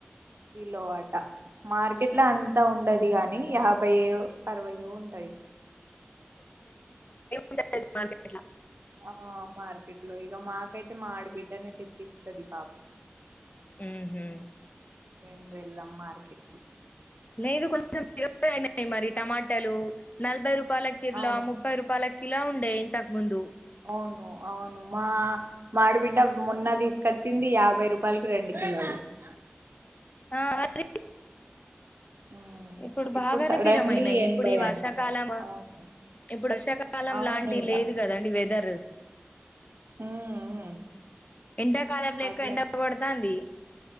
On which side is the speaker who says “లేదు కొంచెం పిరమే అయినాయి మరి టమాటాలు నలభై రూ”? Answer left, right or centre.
Left